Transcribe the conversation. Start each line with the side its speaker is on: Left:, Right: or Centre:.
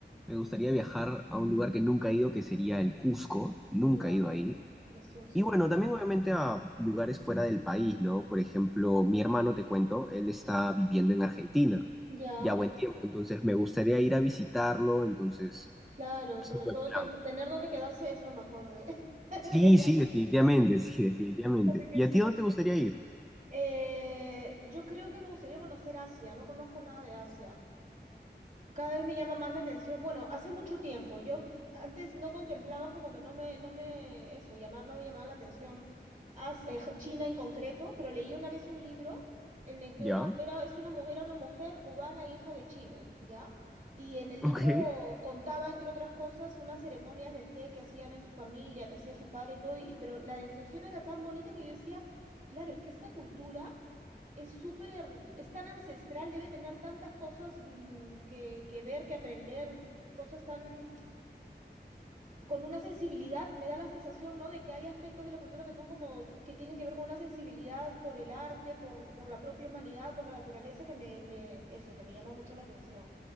Centre: me gustaría viajar a un lugar que nunca he ido, que sería el Cusco. Nunca
Right: ya,
Centre: he ido ahí.
Right: es precioso.
Centre: Y bueno, también obviamente a lugares fuera del país, ¿no? Por ejemplo, mi hermano, te cuento, él está viviendo en Argentina
Right: Ya,
Centre: ya buen tiempo, entonces me gustaría ir a visitarlo, entonces
Right: claro,
Centre: es
Right: sobre
Centre: un buen
Right: todo
Centre: plan.
Right: ten- tener dónde quedarse es lo mejor de, <laughs> de
Centre: Sí,
Right: viajar.
Centre: sí, definitivamente, sí, definitivamente.
Right: Así que
Centre: ¿Y
Right: sí.
Centre: a ti dónde te gustaría ir?
Right: Eh, yo creo que me gustaría conocer Asia, no conozco nada de Asia. Cada vez me llama más la atención. Bueno, hace mucho tiempo, yo antes no contemplaba como que no me, no me, eso, llamar, no me llamaba la atención As- eh, China en concreto, pero leí una vez un libro en el que
Centre: ¿Ya?
Right: una, era, es una mujer, era una mujer cubana, hija de chino, ¿ya? Y en el
Centre: Ok,
Right: libro contaba, entre otras cosas, unas ceremonias del té que hacían en su familia, que hacía su padre y todo, y, pero la descripción era tan bonita que yo decía, claro, es que esta cultura es súper, es tan ancestral, debe tener tantas cosas mm, que, que ver, que aprender, cosas tan, con una sensibilidad, me da la sensación, ¿no? De que hay aspectos de la cultura que son como, que tienen que ver con una sensibilidad por el arte, por, por la propia humanidad, por la naturaleza, que me, me, eso, que me llama mucho la atención.